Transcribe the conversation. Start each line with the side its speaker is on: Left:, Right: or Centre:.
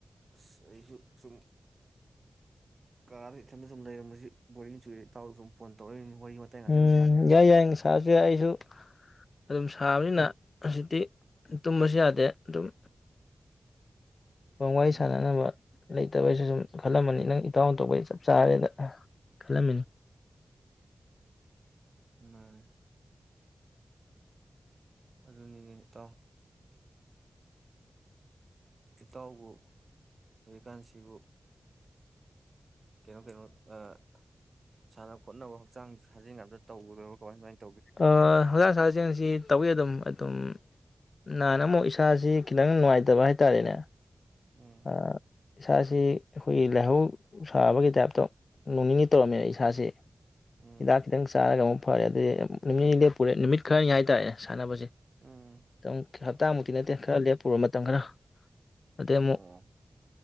Right: ꯑꯁ ꯑꯩꯁꯨ ꯁꯨꯝ ꯀꯥꯗ ꯏꯊꯟꯗ ꯁꯨꯝ ꯂꯩꯔꯝꯕꯁꯤ ꯕꯣꯔꯤꯡ ꯆꯨꯔꯦ ꯏꯇꯥꯎ ꯁꯨꯝ ꯐꯣꯟ ꯇꯧꯔꯛꯏꯅꯤ ꯋꯥꯔꯤ ꯋꯥꯇꯥꯏ ꯉꯥꯛꯇꯪ
Left: ꯎꯝ
Right: ꯁꯥꯟꯅꯔꯒ
Left: ꯌꯥꯏ ꯌꯥꯏ ꯁꯥꯔꯁꯨ ꯌꯥꯏ ꯑꯩꯁꯨ ꯑꯗꯨꯝ ꯁꯥꯕꯅꯤꯅ ꯍꯧꯖꯤꯛꯇꯤ ꯇꯨꯝꯕꯁꯨ ꯌꯥꯗꯦ ꯑꯗꯨꯝ
Right: ꯎꯝ
Left: ꯋꯥꯔꯤ ꯁꯥꯟꯅꯅꯕ ꯂꯩꯇꯕꯩꯁꯨ ꯁꯨꯝ ꯈꯜꯂꯝꯕꯅꯤ ꯅꯪ ꯏ- ꯇꯎꯅ ꯇꯧꯕꯩ ꯆꯞ ꯆꯥꯔꯦꯅ ꯈꯜꯂꯝꯃꯤꯅꯤ
Right: ꯅꯥꯜꯂ‌ꯦ ꯑꯗꯨꯅꯤꯅꯦ ꯏꯇꯥꯎ ꯏꯇꯥꯎꯕꯨ ꯍꯧꯖꯤꯛꯀꯥꯟꯁꯤꯕꯨ ꯀꯩꯅꯣ ꯀꯩꯅꯣ ꯑꯑ ꯁꯥꯟꯅ ꯈꯣꯠꯅꯕ ꯍꯛꯆꯥꯡ ꯁꯥꯖꯦꯜꯒ ꯑꯝꯇ ꯇꯧꯗ꯭ꯔꯕ ꯀꯃꯥꯏ ꯀꯃꯥꯏ
Left: ꯂꯧꯁꯤꯟꯕ ꯉꯝꯗꯕ ꯁꯥꯖꯦꯟꯁꯤ ꯇꯧꯋꯤ ꯑꯗꯨꯝ ꯑꯗꯨꯝ ꯅꯍꯥꯟ ꯑꯃꯨꯛ ꯏꯁꯥꯁꯤ ꯈꯤꯇꯪ ꯅꯨꯡꯉꯥꯏꯇꯕ ꯍꯥꯏꯇꯥꯔꯦꯅꯦ
Right: ꯎꯝ
Left: ꯑꯥ ꯏꯁꯥꯁꯤ ꯑꯩꯈꯣꯏꯒꯤ ꯂꯥꯏꯍꯧ ꯁꯥꯕꯒꯤ ꯇꯥꯏꯞꯇꯥ ꯅꯣꯡ ꯅꯤꯅꯤ ꯇꯧꯔꯝꯃꯦ ꯏꯁꯥꯁꯤ
Right: ꯎꯝ
Left: ꯍꯤꯗꯥꯛ ꯈꯤꯇꯪ ꯆꯥꯔꯒ ꯑꯃꯨꯛ ꯐꯔꯦ ꯑꯗꯩ ꯑ-ꯑꯝꯝ ꯅꯣꯡ ꯅꯤꯅꯤ ꯂꯦꯞꯄꯨꯔꯦ ꯅꯨꯃꯤꯠ ꯈꯔꯅꯤ ꯍꯥꯏꯇꯥꯔꯦ ꯁꯥꯟꯅꯕꯖꯦ
Right: ꯎꯝ
Left: ꯎꯪ ꯊꯛ <unintelligible> ꯄꯨꯔ ꯃꯇꯝ ꯈꯔ ꯑꯗꯩ ꯑꯃꯨꯛ
Right: ꯑꯣ